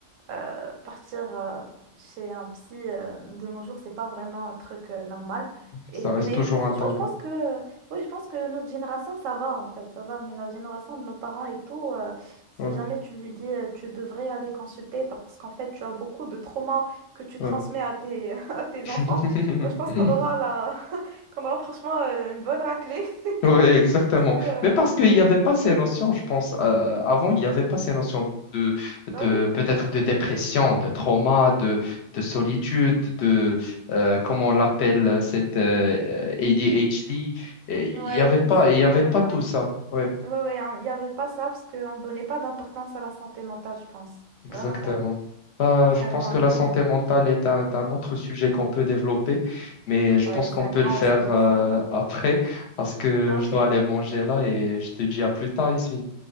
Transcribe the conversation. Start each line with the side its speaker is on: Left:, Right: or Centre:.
Right: euh, partir euh, chez un psy euh, de nos jours, c'est pas vraiment un truc euh, normal. Et,
Left: Ça reste
Right: mais,
Left: toujours
Right: mais franchement,
Left: un tabou.
Right: je pense que, oui, je pense que notre génération, ça va en fait, ça va. Mais la génération de nos parents et tout, euh, si
Left: Ouais,
Right: jamais tu lui dis, euh, tu devrais aller consulter parce qu'en fait, tu as beaucoup de traumas que tu
Left: ouais.
Right: transmets à tes, <laughs> à tes
Left: <laughs>
Right: enfants, bah, je pense qu'on aura la... <laughs> qu'on aura franchement euh, une bonne raclée. <laughs> Parce
Left: Ouais, exactement.
Right: que, euh,
Left: Mais parce qu'il n'y
Right: ouais.
Left: avait pas ces notions, je pense, euh, avant, il n'y avait pas ces notions de,
Right: Bah
Left: de
Right: oui.
Left: peut-être de dépression,
Right: Ouais,
Left: de trauma, de, de solitude, de, euh, comment on l'appelle, cette euh, ADHD. Et
Right: ouais,
Left: Il n'y avait
Right: mais
Left: pas,
Right: c'est
Left: il
Right: des
Left: y
Right: problèmes,
Left: avait pas tout
Right: ouais.
Left: ça. Ouais.
Right: Ouais, ouais, hein, il n'y avait pas ça parce qu'on ne donnait pas d'importance à la santé mentale, je pense.
Left: Exactement.
Right: Vraiment pas.
Left: Bah,
Right: Contrairement
Left: je pense que
Right: à nous.
Left: la santé
Right: euh,
Left: mentale est un, est un autre sujet qu'on peut développer, mais je
Right: Ouais,
Left: pense qu'on
Right: c'est un
Left: peut
Right: grand
Left: le faire
Right: sujet,
Left: euh,
Right: ça. <laughs>
Left: <laughs> après parce que
Right: Ok.
Left: je dois aller manger là et je te dis à plus tard, ici.